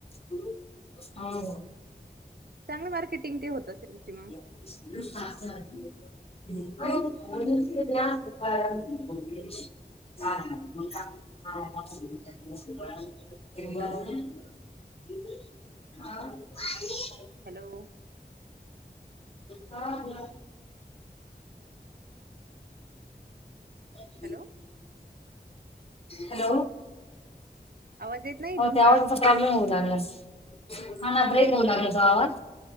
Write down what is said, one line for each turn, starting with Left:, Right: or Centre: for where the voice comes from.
Left: हो हो.
Right: चांगली मार्केटिंग ते होत असेल तुमची म
Left: <unintelligible> हो <unintelligible> <unintelligible> <unintelligible>
Right: हॅलो हॅलो
Left: हा बोला <unintelligible>
Right: हॅलो,
Left: हॅलो,
Right: आवाज येत नाही
Left: हो
Right: तुमचा
Left: ते आवाजाच प्रॉब्लेम होऊ लागला. हा ना ब्रेक
Right: हो
Left: होऊ
Right: का
Left: लागला तो आवाज.